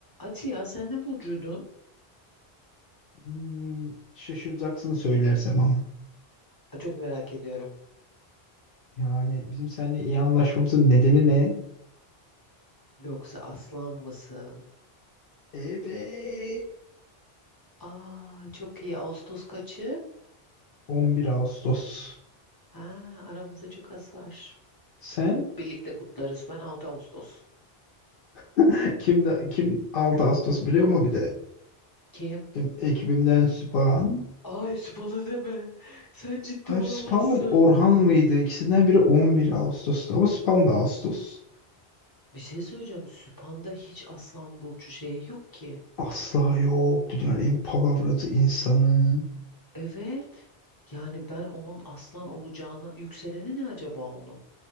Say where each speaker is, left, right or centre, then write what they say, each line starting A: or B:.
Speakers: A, on the left (about 25°); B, on the left (about 65°).
A: Ati ya sen ne burcuydun?
B: Hmm, şaşıracaksın söylersem ama.
A: Aa, Çok merak ediyorum.
B: Yani bizim seninle iyi anlaşmamızın nedeni ne?
A: Yoksa aslan mısın?
B: Evet.
A: Aa çok iyi. Ağustos kaçı?
B: 11 Ağustos.
A: Ha aramızda çok az var.
B: Sen
A: Birlikte kutlarız. Ben 6 Ağustos.
B: <laughs> kim de kim 6 Ağustos biliyor mu bir de?
A: Kim?
B: Benim ekibimden Süphan.
A: Ay bana deme. Sen ciddi
B: Hayır
A: olamazsın.
B: Süphan mıydı? Orhan mıydı? İkisinden biri 11 Ağustos'tu ama Süphan da Ağustos.
A: Bir şey söyleyeceğim. Süphan'da hiç aslan burcu şeyi yok ki.
B: Asla yok. Dünyanın en palavracı insanı.
A: Evet. Yani ben onun aslan olacağını... Yükseleni ne acaba onun?